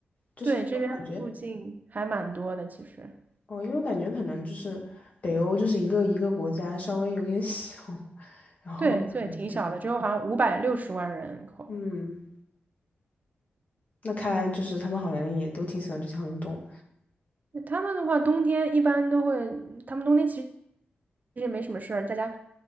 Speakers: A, on the left (about 40°); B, on the right (about 45°).
A: 就是因为我感觉，
B: 对，这边附近还蛮多的，其实，
A: 哦，因为我感觉可能就是北欧，就是一个一个国家稍微有点小，<laughs> 然后可能不知道，
B: 对对，挺小的，只有好像五百六十万人口，
A: 嗯。那看来就是他们好像也都挺喜欢这项运动。
B: 他们的话，冬天一般都会，他们冬天其实其实也没什么事儿，在家